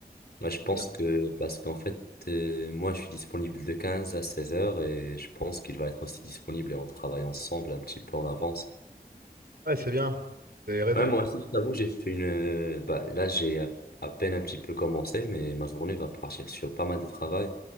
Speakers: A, on the right; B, on the left.
A: Ah,
B: Moi,
A: mais
B: je pense
A: c'est bien.
B: que, parce qu'en fait, euh, moi, je suis disponible de 15 à 16 heures et je pense qu'il va être aussi disponible et on travaille ensemble un petit peu en avance.
A: Ouais, c'est bien. Vous avez raison
B: Ouais,
A: de
B: moi
A: prendre.
B: aussi, je t'avoue, j'ai fait une. euh, bah, là, j'ai à, à peine un petit peu commencé, mais ma journée va partir sur pas mal de travail